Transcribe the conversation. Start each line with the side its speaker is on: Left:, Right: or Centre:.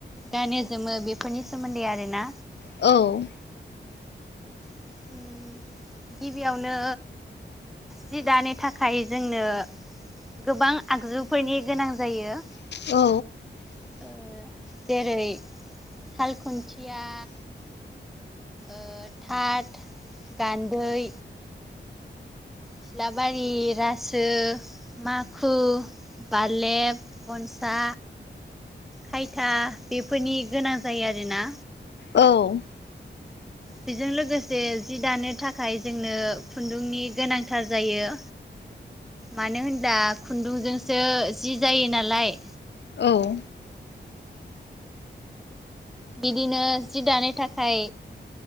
Centre: गानो जोमो बेफोरनि सोमोन्दै आरोना
Left: औ
Centre: <inaudible> गिबियावनो जि दानि थाखाय जोंनो गोबां आगजुफोरनि गोनां जायो
Left: औ
Centre: जेरै साल खुन्थिया ओ थाट गान्दै खिलाबारि रासो माखु बालेब गनसा खायथा बेफोरनि गोनां जायो आरोना
Left: औ
Centre: बेजों लोगोसे जि दानो थाखाय जोंनो खुन्दुंनि गोनांथार जायो मानो होनबा खुन्दुंजोंसो जि जायो नालाय
Left: औ
Centre: बिदिनो जि दानो थाखाय